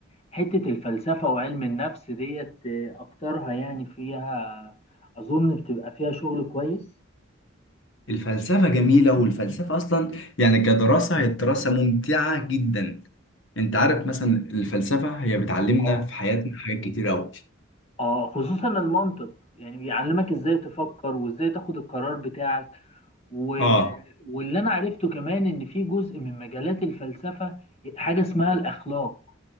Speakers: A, on the left; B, on the left.
A: حتة الفلسفة وعلم النفس ديت آه، اكترها يعني فيها اظن بتبقى فيها شغل كويس
B: الفلسفة جميلة والفلسفة أصلا يعني كدراسة هي دراسة ممتعة جدا أنت عارف مثلا الفلسفة هي بتعلمنا
A: اه
B: في حياتنا حاجات كتير أوي
A: اه خصوصا المنطق يعني بيعلمك ازاي تفكر وازاي تاخد القرار بتاعك و...
B: آه
A: واللي انا عرفته كمان ان في جزء من مجالات الفلسفة حاجة اسمها الاخلاق